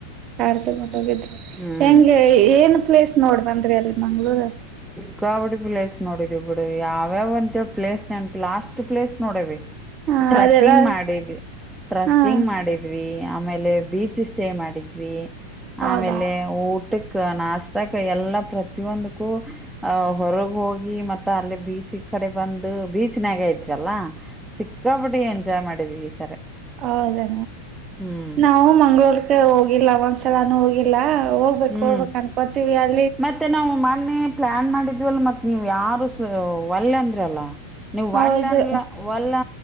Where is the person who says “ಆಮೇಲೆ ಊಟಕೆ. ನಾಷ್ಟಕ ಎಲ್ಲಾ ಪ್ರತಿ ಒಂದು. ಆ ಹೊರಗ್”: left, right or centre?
Centre